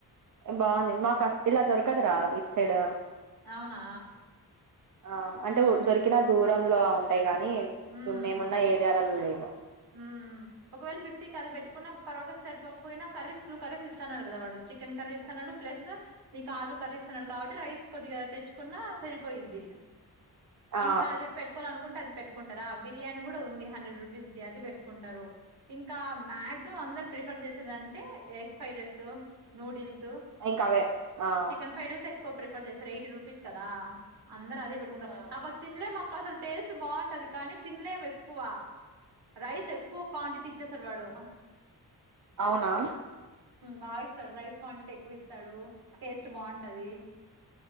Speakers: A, on the right (about 50°); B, on the right (about 75°).
A: బాగుంది మాకా ఇలా దొరకదరా ఇటు సైడ్
B: అవునా
A: ఆ అంటే
B: ఉమ్
A: దొరికిన దూరంలో ఉంటయి గా మేం ఇప్పుడు
B: ఉమ్
A: మేమున్నా ఏరియా. తన్లేగ.
B: ఉమ్ ఒకవేళ ఫిఫ్టీకి అది పెట్టుకున్న పరోటా సరిపోకపోయినా కర్రీస్ టూ కర్రీస్ ఇస్తున్నాడు కదా వాడు చికెన్ కర్రీ ఇస్తున్నాడు. ప్లస్ నీకు ఆలూ కర్రీ ఇస్తున్నాడు. కాబట్టి రైస్ కొద్దిగా తెచ్చుకున్నా సరిపోయిద్ది.
A: ఆ
B: ఇంకా అది పెట్టుకోవాలి అనుకుంటే అది పెట్టు. కోంటారా బిర్యానీ కూడా ఉంది హండ్రెడ్ రూపీస్. అది పెట్టుకుంటారు ఇంకా మాక్సిమం అందరు ప్రిఫర్ చేసేది అంటే ఎగ్ ఫ్రైడ్ రైస్ నూడిల్స్.
A: ఇంకా అవే ఆహ్.
B: చికెన్ ఫ్రైడ్ రైస్ ఎక్కువ ప్రిఫర్ చేస్తారు. ఎయిటీ రూపీస్ కదా. అందరు అదే పెట్టుకుంటారు
A: ఆ
B: అక్క తినలేం అక్క అసలు. టేస్ట్ బాగుంటది కానీ తినలేం ఎక్కువ. రైస్ ఎక్కువ క్వాంటిటీ ఇచ్చేస్. సర్వర్.
A: అవునా.
B: బాగా ఇస్తాడు రైస్ కౌంట్ ఎక్కువ ఇస్తాడు టేస్ట్. రుచి బాగుంటది